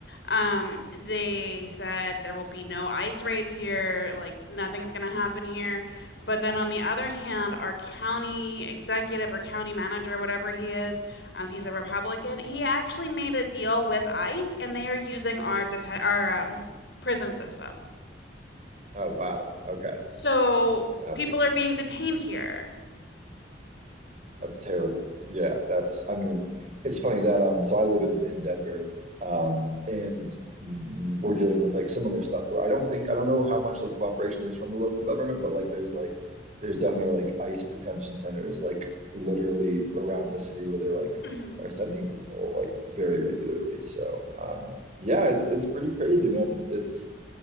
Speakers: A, on the left; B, on the right.
A: um they said there will be no ICE raids here, like nothing's going to happen here. But then on the other hand, our county executive or county manager, whatever he is, um, he's a Republican. He actually made a deal with ICE, and they are using our deta- our um, prison system.
B: Oh wow. Okay.
A: So
B: Yeah.
A: people are being detained here.
B: That's terrible. Yeah, that's, I mean, it's funny that um so I live in in Denver um and mm, we're dealing with like similar stuff where I don't think I don't know how much like cooperation there's from the local government, but like there's like there's definitely like ICE detention centers like literally around the city where they like
A: Mhm.
B: are sending people like very regularly. So um yeah, it's it's pretty crazy, man. It's it's,